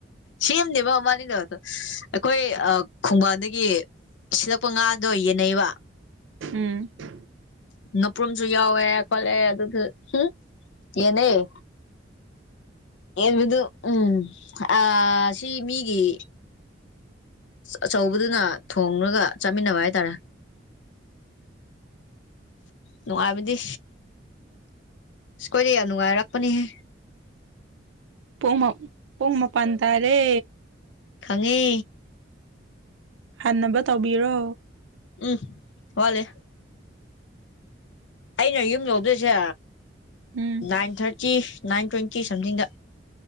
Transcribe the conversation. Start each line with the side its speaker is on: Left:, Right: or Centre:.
Left: ꯁꯦꯝꯅꯦꯕ ꯃꯥꯅꯤꯗꯕꯗꯣ ꯑꯩꯈꯣꯏ ꯈꯣꯡꯕꯥꯟꯗꯒꯤ ꯁꯤꯂꯛꯄ ꯉꯥꯗꯣ ꯌꯦꯟꯅꯩꯕ
Right: ꯎꯝ
Left: ꯅꯄ꯭ꯔꯨꯝꯁꯨ ꯌꯥꯎꯋꯦ ꯈꯣꯠꯂꯦ ꯑꯗꯨꯁꯨ ꯌꯦꯟꯅꯩ ꯕꯗꯨ ꯎꯝ ꯑ ꯁꯤ ꯃꯤꯒꯤ ꯑꯆꯧꯕꯗꯨꯅ ꯊꯣꯡꯉꯒ ꯆꯥꯃꯤꯟꯅꯕ ꯍꯥꯏꯇꯥꯔꯦ ꯅꯨꯡꯉꯥꯏꯕꯗꯤ ꯁꯀꯣꯏꯗꯩ ꯌꯥꯝ ꯅꯨꯡꯉꯥꯏꯔꯛꯄꯅꯤꯍꯦ
Right: ꯄꯨꯡ ꯄꯨꯡ ꯃꯄꯥꯟ ꯇꯥꯔꯦ
Left: ꯈꯪꯉꯤ
Right: ꯍꯟꯅꯕ ꯇꯧꯕꯤꯔꯣ
Left: ꯎꯝ ꯋꯥꯂꯦ ꯑꯩꯅ ꯌꯨꯝ ꯂꯧꯗꯣꯏꯁꯦ
Right: ꯎꯝ
Left: ꯅꯥꯏꯟ ꯊꯥꯔꯇꯤ ꯇꯤ ꯅꯥꯏꯟ ꯇ꯭ꯋꯦꯟꯇꯤ ꯁꯝꯊꯤꯡꯗ